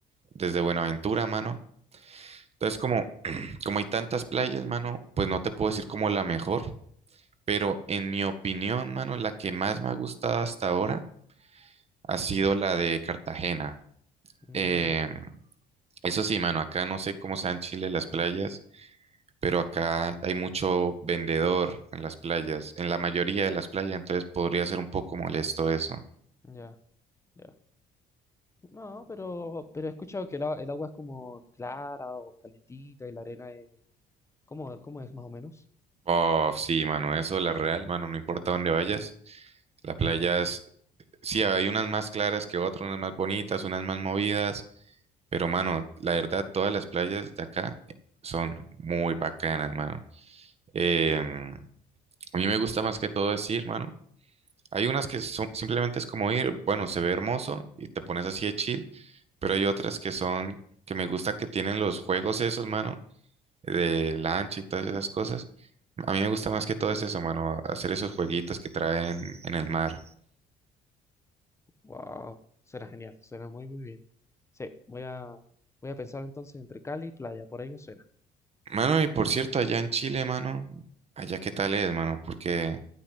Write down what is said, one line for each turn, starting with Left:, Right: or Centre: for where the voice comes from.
Right: desde Buenaventura, mano. Entonces, como, <clears throat> como hay tantas playas, mano, pues no te puedo decir como la mejor, pero en mi opinión, mano, la que más me ha gustado hasta ahora ha sido la de Cartagena.
Left: Mm,
Right: Eh, eso sí, mano, acá no sé cómo sean en Chile las playas, pero acá hay mucho vendedor en las playas, en la mayoría de las playas, entonces podría ser un poco molesto eso.
Left: ya, ya. No, pero, pero he escuchado que el, a- el agua es como clara o calentita y la arena es... ¿Cómo, cómo es más o menos?
Right: Oh, sí, mano, eso, la real, mano, no importa dónde vayas. La playa sí, hay unas más claras que otras, unas más bonitas, unas más movidas, pero mano, la verdad, todas las playas de acá son muy bacanas, mano. Em, a mí me gusta más que todo es ir, mano. Hay unas que son, simplemente es como ir, bueno, se ve hermoso y te pones así de chill, pero hay otras que son, que me gusta que tienen los juegos esos, mano, de lancha y todas esas cosas. A mí me gusta más que todo es eso, mano, hacer esos jueguitos que traen en el mar.
Left: Wow, suena genial, suena muy muy bien. Sí, voy a, voy a pensar entonces entre Cali y playa, por ahí me suena.
Right: Mano, y por cierto, allá en Chile, mano, allá qué tal es, mano, porque